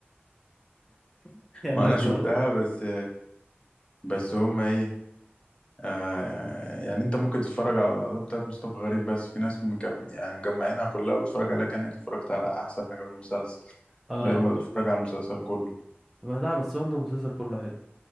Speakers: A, in the centre; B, on the left (about 25°).
A: <laughs> يقول
B: ما
A: لك
B: انا شفتها
A: خلاص
B: بس بس هما ايه آه يعني انت ممكن تتفرج على اللقطات بتاعت مصطفى غريب بس في ناس مجم يعني مجمعينها كلها وتتفرج عليها كأنك اتفرجت على احسن حاجة في المسلسل
A: اه
B: من غير ما تتفرج على المسلسل كله
A: لا بس برضه المسلسل كله حلو